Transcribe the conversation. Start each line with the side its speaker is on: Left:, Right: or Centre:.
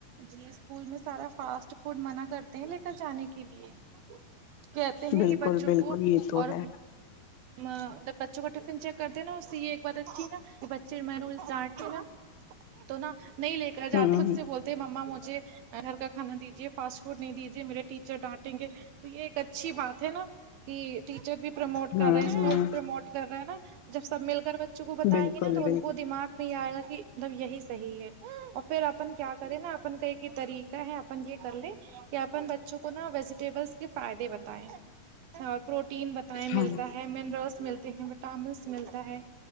Right: جی اسکول میں سارا فاسٹ فوڈ منع کرتے ہیں لے کر جانے کے لیے کہتے ہیں
Left: بالکل
Right: یہ بچوں
Left: بالکل
Right: کو
Left: یہ تو
Right: اور اب
Left: ہے
Right: ما طب بچوں کو کا ٹفن چیک کر د نا اس سے یہ ایک بات اچھی نا کہ بچے میں روز ڈانٹ تھے ہے تو نا نہیں لے کر
Left: ہوں
Right: جاتے خود سے
Left: ہوں
Right: بولتے مما مجھے گھر کا کھانا دیجیے فاسٹ فوڈ نہیں دیجیے میرے ٹیچر ڈانٹیں گے تو یہ ایک اچھی بات ہے نا کہ ٹیچر بھی پروموٹ
Left: ہوں
Right: کر رہے ہیں اسکول
Left: ہوں
Right: بھی پروموٹ کر رہا ہے نا جب سب مل کر بچوں کو بتائیں
Left: بالکل
Right: گے نا تو
Left: بالکل
Right: ان کو دماغ پھر یہ آئے گا کہ مطلب یہی صحیح ہے اور پھر اپن کیا کریں نا اپن کا ایک ہی طریقہ ہے اپن یہ کر لیں ک اپن بچوں کو نا ویجیٹیبلس کے فائدے بتائے اور پروٹین بتائے
Left: ہاں
Right: ملک ہےمنرلس ملتے ہیں وٹامنس ملتا ہے <unintelligible>